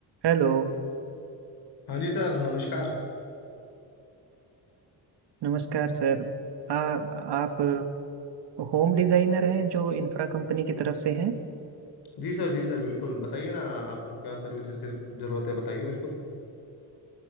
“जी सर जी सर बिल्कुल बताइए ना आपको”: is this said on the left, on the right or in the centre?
Left